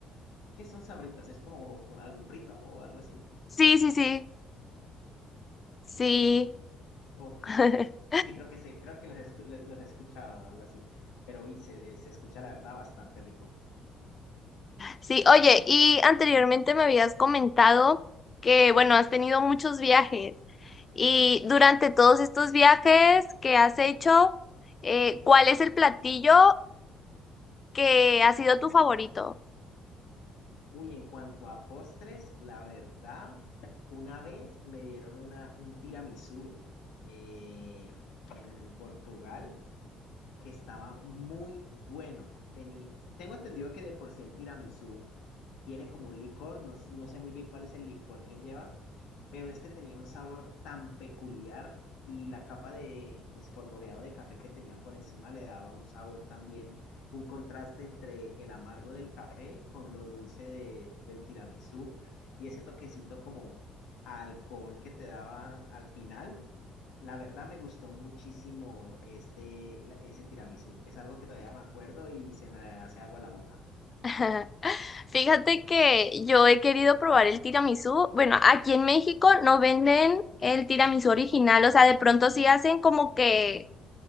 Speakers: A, on the left; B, on the left.
A: ¿Qué son sabritas? ¿Es como algún frito o algo así?
B: Sí, sí, sí, sí.
A: Ok.
B: <laughs>
A: Sí, creo que sé, creo que los, escu- lo- los he escuchado, algo así. Pero uy, se, se escucha la verdad bastante rico.
B: Sí, oye, y anteriormente me habías comentado que, bueno, has tenido muchos viajes y durante todos estos viajes que has hecho, eh, ¿cuál es el platillo que ha sido tu favorito?
A: Uy, en cuanto a postres, la verdad, una vez me dieron una, un tiramisú eh, en Portugal que estaba muy bueno. Tení, tengo entendido que de por sí el tiramisú tiene como un licor, no, no sé muy bien cuál es el licor que lleva, pero este tenía un sabor tan peculiar y la capa de espolvoreado de café que tenía por encima le daba un sabor también, un contraste entre el amargo del café con lo dulce de, del tiramisú y ese toquecito como a alcohol que te daba al final la verdad me gustó muchísimo este, la- ese tiramisú. Es algo que todavía me acuerdo y se me hace agua la boca.
B: <laughs> Fíjate que yo he querido probar el tiramisú. Bueno, aquí en México no venden el tiramisú original, o sea, de pronto sí hacen como que